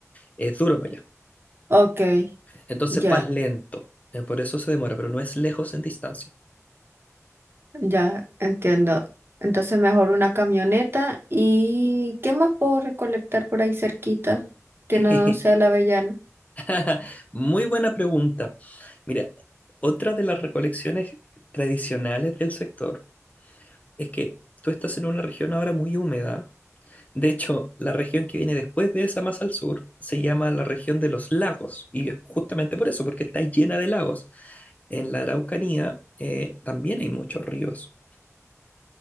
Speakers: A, on the left (about 30°); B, on the right (about 45°).
A: es duro para allá.
B: ok,
A: Entonces
B: ya,
A: vas lento, eh, por eso se demora, pero no es lejos en distancia.
B: ya, entiendo. Entonces mejor una camioneta. ¿Y qué más puedo recolectar por ahí cerquita que
A: <laughs>
B: no sea la avellana?
A: <laughs> Muy buena pregunta. Mira, otra de las recolecciones tradicionales del sector es que tú estás en una región ahora muy húmeda. De hecho, la región que viene después de esa más al sur se llama la región de los lagos. Y es justamente por eso, porque está llena de lagos. En la Araucanía eh, también hay muchos ríos.